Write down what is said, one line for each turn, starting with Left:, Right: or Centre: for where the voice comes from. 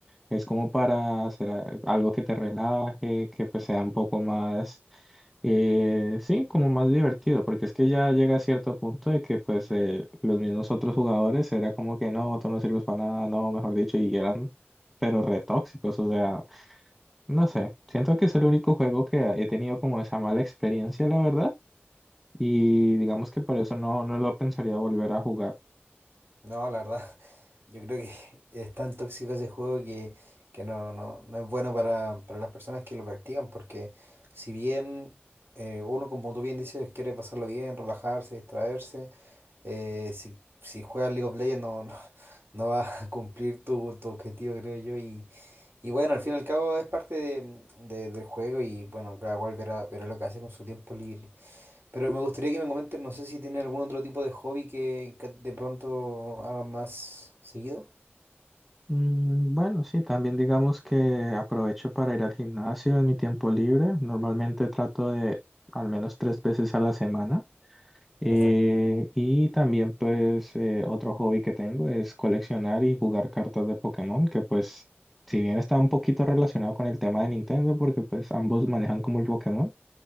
Centre: Es como para hacer a- algo que te relaje, que pues sea un poco más, eh, sí, como más divertido, porque es que ya llega a cierto punto de que pues eh, los mismos otros jugadores era como que no, tú no sirves para nada, no, mejor dicho, y eran pero re tóxicos, o sea, no sé, siento que es el único juego que he tenido como esa mala experiencia, la verdad, y digamos que por eso no, no lo pensaría volver a jugar.
Right: No, la verdad, <laughs> yo creo que <laughs> es tan tóxico ese juego que, que no, no, no es bueno para, para las personas que lo practican, porque si bien eh, uno, como tú bien dices, quiere pasarlo bien, relajarse, distraerse, eh, si, si juegas League of Legends no, no, <laughs> no va a cumplir tu, tu objetivo, creo yo, y, y bueno, al fin y al cabo es parte de- de- del juego y bueno, cada cual verá, verá lo que hace con su tiempo libre. Pero me gustaría que me comenten, no sé si tienen algún otro tipo de hobby que, que de pronto hagan más seguido.
Centre: Mm, Bueno, sí, también digamos que aprovecho para ir al gimnasio en mi tiempo libre. Normalmente trato de al menos tres veces a la semana. Eh,
Right: Perfecto.
Centre: y también pues eh, otro hobby que tengo es coleccionar y jugar cartas de Pokémon, que pues si bien está un poquito relacionado con el tema de Nintendo, porque pues ambos manejan como el Pokémon,